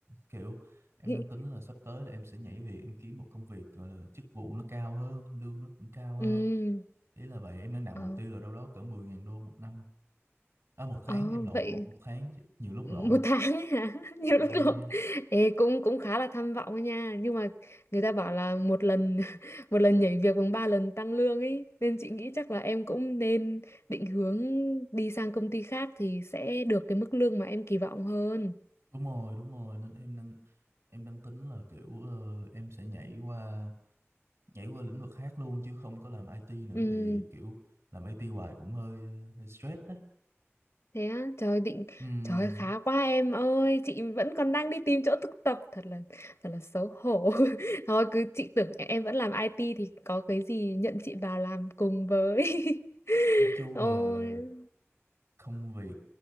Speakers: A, on the right (about 80°); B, on the left (about 65°).
A: kiểu em
B: <laughs>
A: đang tính là sắp tới là em sẽ nhảy việc, em kiếm một công việc gọi là chức vụ nó cao hơn, lương nó cũng cao hơn.
B: ừ
A: Ý là vậy, em đang đặt mục
B: ờ
A: tiêu là đâu đó cỡ 10 ngàn đô một năm. À, một tháng
B: Ờ,
A: em lộn
B: vậy
A: một một tháng chứ nhiều lúc
B: một
A: lộn
B: tháng ấy hả <laughs> nhiều lúc
A: Ừ.
B: lộn Ê, cũng cũng khá là tham vọng ấy nha nhưng mà người ta bảo là một lần <laughs> một lần nhảy việc bằng ba lần tăng lương ấy nên chị nghĩ chắc là em cũng nên định hướng đi sang công ty khác thì sẽ được cái mức lương mà em kỳ vọng hơn
A: Đúng rồi, đúng rồi, nên em đang em đang tính là kiểu ờ, em sẽ nhảy qua nhảy qua lĩnh vực khác luôn chứ không có làm IT nữa
B: ừ
A: tại vì kiểu làm IT hoài cũng hơi hơi stress á.
B: Thế á, trời định
A: Ừm,
B: trời ơi, khá quá em ơi, chị vẫn còn đang đi tìm chỗ thực tập thật là thật là xấu hổ. <laughs> Thôi cứ chị tưởng em vẫn làm IT thì có cái gì nhận chị vào làm cùng với.
A: nói
B: <laughs>
A: chung
B: Ôi.
A: là công việc